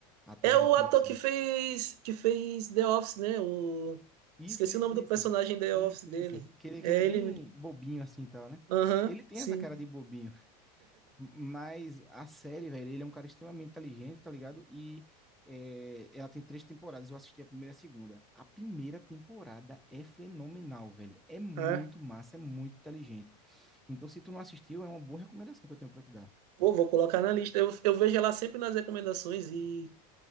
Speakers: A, in the centre; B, on the right.
A: atores
B: É o
A: de filme
B: ator
A: de ação.
B: que fez, que fez The Office, né? O...
A: Isso,
B: Esqueci
A: isso,
B: o nome do
A: isso.
B: personagem The
A: Isso,
B: Office dele.
A: isso. Que ele, que
B: É
A: ele é bem
B: ele. mesmo.
A: bobinho assim e tal, né?
B: Aham,
A: Ele tem
B: sim.
A: essa cara de bobinho. Mas a série, velho, ele é um cara extremamente inteligente, tá ligado? E é, ela tem três temporadas. Eu assisti a primeira e a segunda. A primeira temporada é fenomenal, velho. É muito
B: Ah,
A: massa, é muito inteligente. Então, se tu não assistiu, é uma boa recomendação que eu tenho pra te dar.
B: pô, vou colocar na lista. Eu, eu vejo ela sempre nas recomendações e